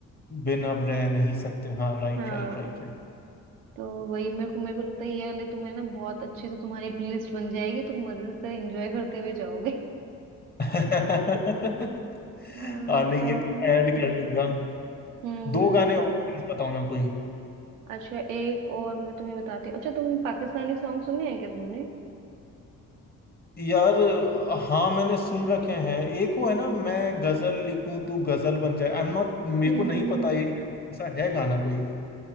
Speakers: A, on the left; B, on the right.
A: बिन अब रह नहीं सकते हाँ राइट
B: हाँ
A: राइट राइट राइट
B: तो वही मेरे को मेरे को लगता है ये वाले तुम्हें ना बहुत अच्छे से तुम्हारी प्लेलिस्ट बन जाएगी तुम मजे से एंजॉय करते हुए जाओगे <laughs>
A: <laughs>
B: हाँ,
A: हाँ नहीं
B: तो
A: ये ऐड कर लूंगा
B: हम्म
A: दो गाने और प्लीज बताओ ना कोई
B: अच्छा एक और मैं तुम्हें बताती हूँ अच्छा तुम पाकिस्तानी सॉन्ग सुने हैं क्या तुमने
A: यार हाँ मैंने सुन रखे हैं एक वो है ना मैं गजल लिखूं तू गजल बन जाए आई एम नॉट मेरे
B: हम्म
A: को नहीं
B: हम्म हम्म
A: पता ये शायद ऐसा है गाना कोई